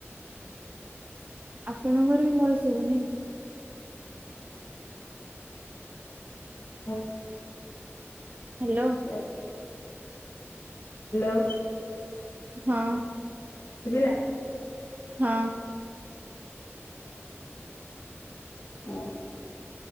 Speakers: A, on the right (about 35°); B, on the left (about 70°).
A: ଆପଣଙ୍କର ବି ଭଏସ ସୁବୁନି।
B: <unintelligible>
A: ହ୍ୟାଲୋ
B: ଏତ ହାଲୋ।
A: ହଁ।
B: ସୁଵିଲା।
A: ହଁ।
B: ହଁ।